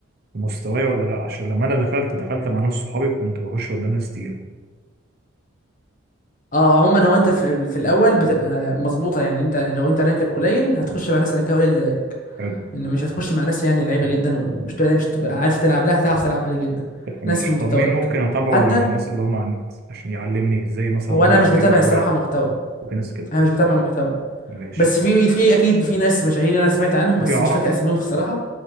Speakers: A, on the right; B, on the left.
A: في مستواي ولا لا عشان لما انا دخلت دخلت مع ناس صحابي كنت بخش قدام ناس تقيله
B: اه عموما هو انت في, في الاول بتبقى مظبوطه يعني انت لو انت رانكك قليل هتخش مع ناس رانكها قليل زيك
A: حلو
B: ان مش هتخش مع ناس يعني لعيبه جدا ومش تلاقي مش تبقى عارف تلعب لها هتعرف تلعب عليه جدا
A: ماشي
B: ناس في مستواك
A: طب مين ممكن اتابعه
B: حتى
A: من الناس اللي هم على النت عشان يعلمني زي مثلا
B: هو
A: بابجي
B: انا مش
A: في
B: بتابع
A: من سوريا
B: الصراحه محتوى
A: وفي ناس كده
B: انا مش بتابع محتوى
A: ماشي
B: بس في في اكيد في ناس مشاهير انا سمعت عنهم بس
A: في عرب
B: مش فاكر اساميهم الصراحه